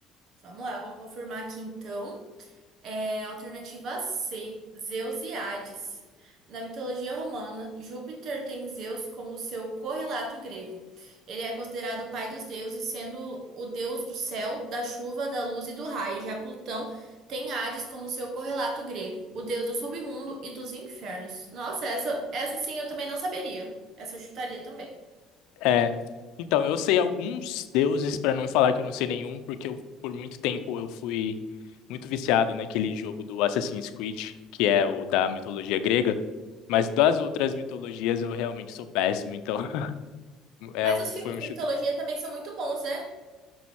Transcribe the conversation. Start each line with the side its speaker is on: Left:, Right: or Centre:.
Right: Vamos lá, vou confirmar aqui então. É, alternativa C, Zeus e Hades. Na mitologia romana, Júpiter tem Zeus como seu correlato grego. Ele é considerado o pai dos deuses, sendo o deus do céu, da chuva, da luz e do raio. Já Plutão tem Hades como seu correlato grego, o deus do submundo e dos infernos. Nossa, essa, essa sim eu também não saberia. Essa eu chutaria também.
Left: É, então, eu sei alguns deuses, para não falar que eu não sei nenhum, porque eu, por muito tempo eu fui muito viciado naquele jogo do Assassin's Creed, que é o da mitologia grega, mas das outras mitologias eu realmente sou péssimo, então <laughs> é,
Right: Mas
Left: um-
Right: os filmes
Left: foi um
Right: da
Left: chute.
Right: mitologia também são muito bons, né?